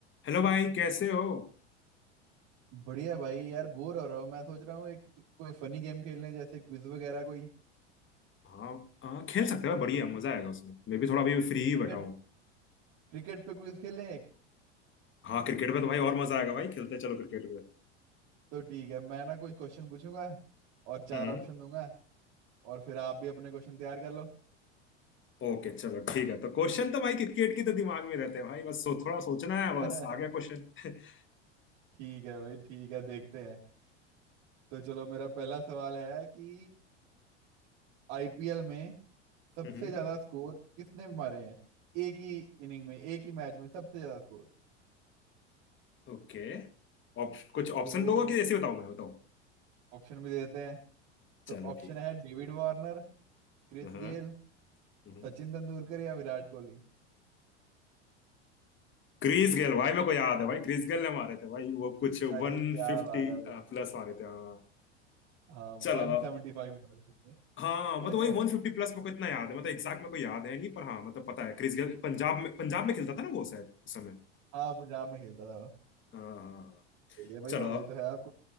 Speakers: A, on the left; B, on the right.
A: Hello भाई कैसे हो
B: बढ़िया भाई यार बोर हो रहा हूँ मैं सोच रहा हूँ एक कोई फनी गेम खेल लें जैसे क्विज वगैरह कोई
A: हाँ हाँ खेल सकते हो बढ़िया मजा आएगा उसमें मैं भी थोड़ा अभी फ्री ही
B: क्रिकेट
A: बैठा हूँ
B: क्रिकेट पे क्विज खेलें एक
A: हाँ क्रिकेट पे तो भाई और मजा आएगा भाई खेलते हैं, चलो क्रिकेट पे
B: तो ठीक है मैं ना कुछ क्वेश्चन पूछूंगा और चार
A: हम्म
B: ऑप्शन दूंगा और फिर आप भी अपने क्वेश्चन तैयार कर लो
A: ओके चलो ठीक है तो क्वेश्चन तो भाई क्रिकेट की तो दिमाग में रहते हैं भाई बस सो, थोड़ा सोचना
B: <laughs>
A: है बस आ गया क्वेश्चन <laughs>
B: ठीक है भाई ठीक है देखते हैं तो चलो मेरा पहला सवाल है कि आईपीएल में सबसे
A: हम्म
B: ज्यादा स्कोर किसने मारे हैं एक ही इनिंग में एक ही मैच में सबसे ज्यादा स्कोर
A: ओके ऑप, कुछ ऑप्शन
B: तो वो
A: दोगे कि ऐसे ही बताऊं मैं बताऊं
B: ऑप्शन भी दे देते हैं तो
A: चलो
B: ऑप्शन
A: ठीक
B: है
A: है
B: David Warner Chris
A: हाँ हाँ,
B: Gayle
A: हम्म।
B: Sachin Tendulkar या विराट कोहली
A: क्रिस गेल भाई मेरे को याद है भाई क्रिस गेल ने मारे थे भाई वो कुछ
B: अरे
A: वन
B: क्या
A: फिफ्टी
B: बात है भाई
A: प्लस मारे थे हाँ
B: हाँ
A: चलो
B: वन सेवेंटी फाइव मारे थे
A: हाँ
B: उसने
A: मतलब वही वन फिफ्टी
B: <laughs>
A: प्लस मेरे को इतना याद है मतलब एग्जैक्ट मेरे को याद है नहीं पर हाँ मतलब पता है क्रिस गेल पंजाब में पंजाब में खेलता था ना वो शायद उस समय
B: हाँ पंजाब में खेलता था वो
A: हाँ हाँ हाँ।
B: सही है भाई
A: चलो
B: नॉलेज तो है आपको